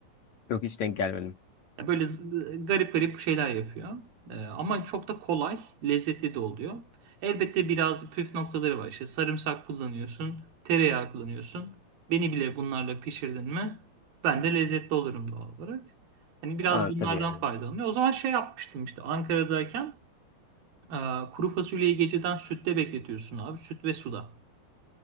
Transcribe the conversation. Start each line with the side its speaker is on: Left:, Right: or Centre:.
Left: yok hiç denk gelmedim.
Right: Ya Böyle z- garip garip şeyler yapıyor. Ee, ama çok da kolay, lezzetli de oluyor. Elbette biraz püf noktaları var. İşte sarımsak kullanıyorsun, tereyağı kullanıyorsun. Beni bile bunlarla pişirdin mi, ben de lezzetli olurum doğal olarak. Hani biraz
Left: Ha,
Right: bunlardan
Left: tabii yani.
Right: faydalanıyor. O zaman şey yapmıştım işte Ankara'dayken e, kuru fasulyeyi geceden sütte bekletiyorsun abi. Süt ve suda.